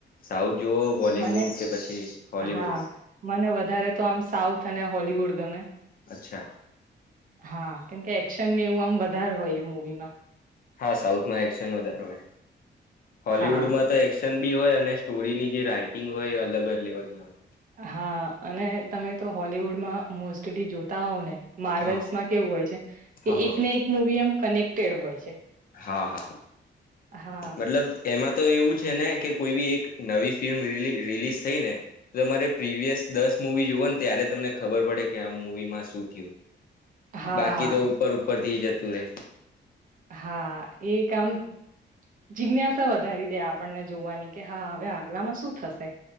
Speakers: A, on the left (about 50°); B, on the right (about 45°).
A: સાઉથ જુઓ બોલીવુડ
B: મને
A: કે પછી હોલીવુડ
B: હા મને વધારે તો આમ સાઉથ અને હોલીવુડ ગમે
A: અચ્છા
B: હા કેમ કે એક્શન ને એવું આમ વધારે હોય એ મુવીમાં.
A: હા સાઉથમાં એક્શન વધાર હોય હોલવુડમાં
B: હા
A: તો એક્શન બી હોય અને સ્ટોરીની જે રાઈટિંગ હોય એ અલગ જ લેવલની હોય
B: હા અને તમે તો હોલીવુડમાં મોસ્ટલી જોતા હોવ ને માર્વેલ્સમાં
A: હા
B: કેવું હોય છે કે
A: હા હા.
B: એક ને એક મુવી એમ કનેક્ટેડ હોય છે.
A: હા હા
B: હા
A: મતલબ એમાં તો એવું છે ને કે કોઈ બી એક નવી ફિલ્મ રિલી રિલીઝ થઈ ને તમારે પ્રીવિયસ દસ મુવી જોઓ ને ત્યારે તમને ખબર પડે કે આ મુવી માં શું થયું
B: હા
A: બાકી તો ઉપર ઉપર થી જતું રે
B: હા એ કામ આામ જિજ્ઞાસા વધારી દે આપ આપણને જોવાની કે હા હવે આગલામાં શું થશે